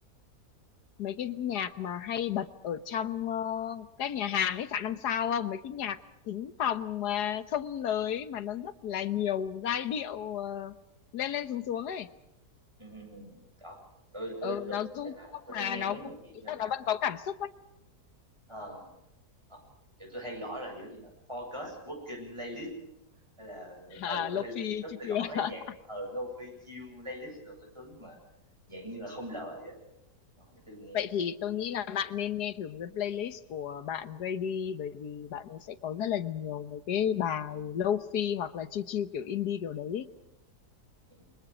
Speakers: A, on the left (about 80°); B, on the right (about 15°).
A: mấy cái nhạc mà hay bật ở trong ờ, các nhà hàng khách sạn năm sao không mấy cái nhạc thính phòng mà không lời ấy, mà nó rất là nhiều giai điệu ờ, lên lên xuống xuống ấy
B: ừ, ừ, ừ. đó tôi tôi
A: ừ,
B: tôi
A: nó du
B: tức là
A: dương không
B: tôi
A: mà
B: hay nghe
A: nó
B: mấy nhạc
A: cũng
B: gì
A: ý
B: như là
A: là nó vẫn có cảm xúc ấy
B: ờ ờ, kiểu tôi hay gõ là kiểu như là focus working playlist hay là
A: <laughs>
B: ừ
A: à,
B: tôi
A: lộc
B: hay lên
A: phi
B: YouTube
A: chiêu
B: tôi
A: chiêu
B: gõ
A: <laughs>
B: mấy nhạc ờ lofi chill playlist rồi cái thứ mà dạng như là không lời á đó để tôi nghe
A: vậy thì
B: ừ,
A: tôi nghĩ là bạn nên nghe thử một cái playlist của bạn Grady bởi vì bạn ấy sẽ có rất là nhiều mấy cái bài fi hoặc là chill chill kiểu indie kiểu đấy
B: ừ.